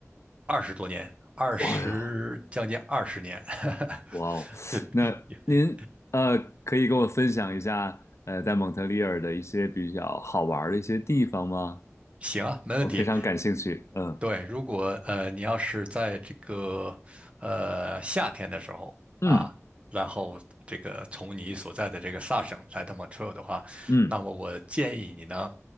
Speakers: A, on the right; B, on the left.
A: 二十多年，二十将近二十年，
B: 哎呦，哇哦，
A: <laughs>
B: 那您呃，可以跟我分享一下呃，在蒙特利尔的一些比较好玩儿的一些地方吗？
A: 行啊，没问题。
B: 我非常感兴趣。嗯
A: 对，如果呃你要是在这个呃夏天的时候啊，
B: 嗯
A: 然后这个从你所在的这个萨省来到蒙特利尔的话，
B: 嗯
A: 那么我建议你呢，